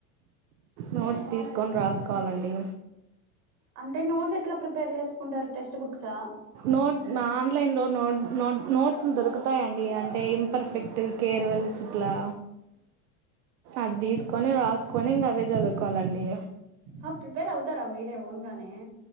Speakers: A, on the right; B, on the right.
A: నోట్స్ తీసుకొని రాసుకోవాలండి
B: అంటే నోట్స్ ఎట్లా ప్రిపేర్ చేసుకుంటారు టెక్స్ట్ బుక్ అక్ష
A: నోట్ ఆన్లైన్లో నోట్ నోట్ నోట్స్లు దొరుకుతాయండి అంటే ఇంపర్ఫెక్ట్ కేర్ వెల్స్ట్లా అది కొని రాసుకొని ఇంకా అవే చదువుకోవాలండి
B: ఆ ప్రిపేర్ అవుతారా మీరే ఓన్గానే.